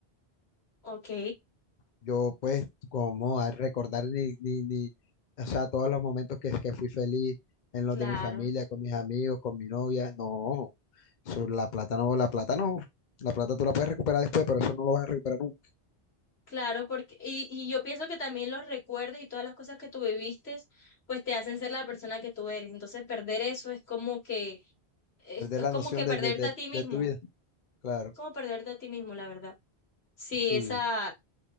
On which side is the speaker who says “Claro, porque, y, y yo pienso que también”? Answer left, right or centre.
Left